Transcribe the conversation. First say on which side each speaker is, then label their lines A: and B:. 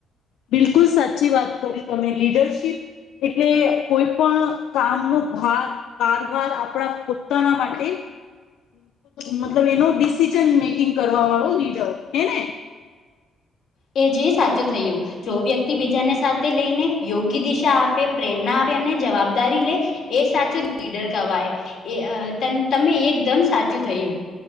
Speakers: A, on the left (about 80°); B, on the left (about 65°).
A: બિલકુલ સાચી વાત કરી તમે લીડરશીપ એટલે કોઈ, પણ કામનોો ભાગ કારવાર આપણા પોતાના માટે મતલબ એનો ડિસિઝન મેકિંગ કરવા વાળો લીડર હે ને
B: એ જે સાચું થયુ. જો વ્યક્તિ બીજાને સાથે લઈને યોગ્ય, દિશા આપે પ્રેરણા આપે અને જવાબદારી લે એ સાચું લીડર કવાય એ તમે એકદમ સાચું થયુ.